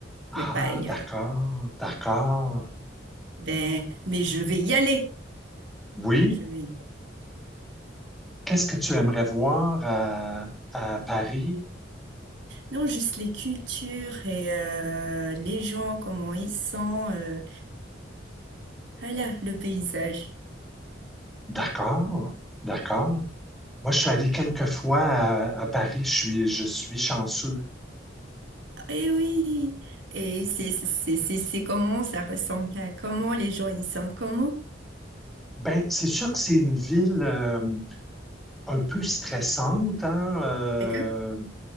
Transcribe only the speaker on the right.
mais pas ailleurs.
Ben, mais je vais y aller.
Je vais y
Non, juste les cultures et euh, les gens, comment ils sont, euh, voilà, le paysage.
Et oui, et c'est c'est c'est c'est- c'est comment ça ressemble à comment les gens ils sont, comment.
D'accord?